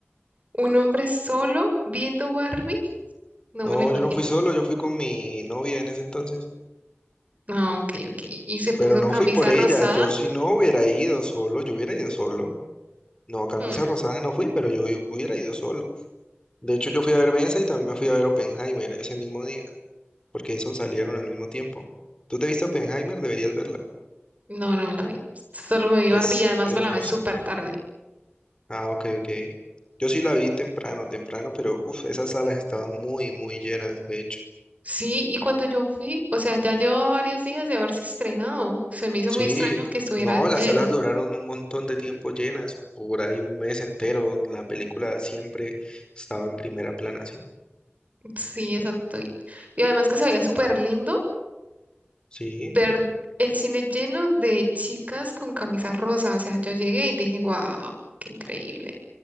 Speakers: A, on the right (about 35°); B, on the left (about 20°).
A: Un hombre solo viendo Barbie, no
B: No,
A: me lo imagino.
B: yo no fui solo, yo fui con mi novia en ese entonces.
A: No, ok, ok. Y se puso
B: Pero no
A: camisa
B: fui por ella.
A: rosada.
B: Yo si no hubiera ido solo, yo hubiera ido solo. No, camisa
A: Hmm.
B: rosada no fui, pero yo hu- hubiera ido solo. De hecho, yo fui a ver Benza y también me fui a ver Oppenheimer ese mismo día, porque esos salieron al mismo tiempo. ¿Tú te viste Oppenheimer? Deberías verla.
A: No, no me la vi. Solo me vi
B: Es
A: Barbie y además
B: hermosa.
A: me la vi súper tarde.
B: Ah, ok, ok. Yo sí la vi temprano, temprano, pero uff, esas salas estaban muy, muy llenas, de hecho.
A: Sí, y cuando yo fui, o sea, ya llevaba varios días de haberse estrenado. Se me hizo
B: Sí,
A: muy extraño que estuviera
B: no, las
A: lleno.
B: salas duraron un montón de tiempo llenas, por ahí un mes entero. La película siempre estaba en primera plana, sí.
A: Sí, exacto. Y y además que se veía súper lindo
B: Sí,
A: ver el cine lleno de chicas con camisa rosa. O sea, yo llegué y dije, wow, qué increíble.